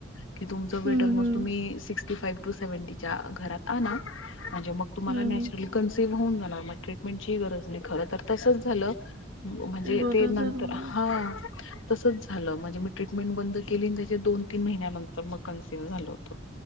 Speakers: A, on the left (about 80°); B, on the right (about 50°).
A: कि तुमच
B: हम्म
A: वेट ऑलमोस्ट
B: हम्म
A: तुम्ही सिक्स्टी फाइव्ह टू सेव्हनटीच्या घरात आणा. म्हणजे मग तुम्हाला
B: हम्म
A: नॅचरली कन्सेव्ह होऊन जाणार, मग ट्रीटमेंटची गरज नाही परत तर तसच झालं, म्हणजे
B: हम्म बरं
A: ते नंतर
B: झालं
A: हा तसंच झालं म्हणजे मी ट्रीटमेंट बंद केली त्याचे दोन तीन महिन्यानंतर मग कॅन्सहींव्ह झाल होत.